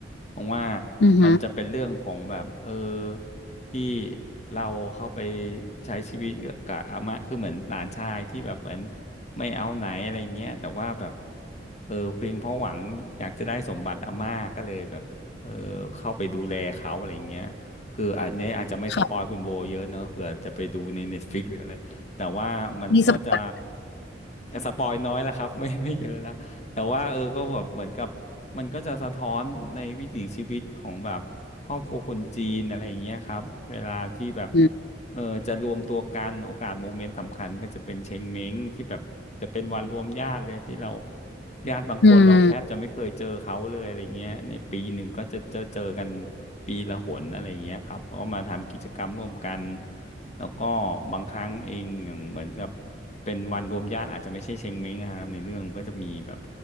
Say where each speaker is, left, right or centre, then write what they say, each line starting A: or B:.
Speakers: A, on the left; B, on the left.
A: เพราะว่า
B: อือหือ
A: มันจะเป็นเรื่องของแบบเออที่เราเข้าไปใช้ชีวิตกับอาม่าคือเหมือนหลานชายที่แบบเหมือนไม่เอาไหนอะไรเงี้ยแต่ว่าแบบเออเพียงเพราะหวังอยากจะได้สมบัติอาม่าก็เลยแบบเออเข้าไปดูแลเขาอะไรเงี้ยคืออันเนี้ยอาจจะไม่สปอยคุณโบเยอะเนอะเผื่อจะไปดูใน
B: ค่ะ
A: Netflix หรืออะไร แต่ว่ามันก็จะ
B: มีสปอย
A: สปอยน้อยและครับ <laughs> ไม่ไม่เยอะและแต่ว่าเออก็แบบเหมือนกับมันก็จะสะท้อนในวิถีชีวิตของแบบครอบครัวคนจีนอะไรอย่างเงี้ยครับเวลาที่แบบ
B: อืม
A: เออจะรวมตัวกันโอกาสโมเมนต์สำคัญก็จะเป็นเชงเม้งที่แบบจะเป็นวันรวมญาติเลยที่เราญาติบางคนเราแทบจะไม่เคยเจอเขาเลยอะไรเงี้ยในปีหนึ่งก็จะเจอเจอกัน
B: อืม
A: ปีละหนอะไรเงี้ยครับก็มาทำกิจกรรมร่วมกัน แล้วก็บางครั้งเองอย่างเหมือนกับเป็นวันรวมญาติอาจจะไม่ใช่เชงเม้งนะครับในเรื่องก็จะมีแบบ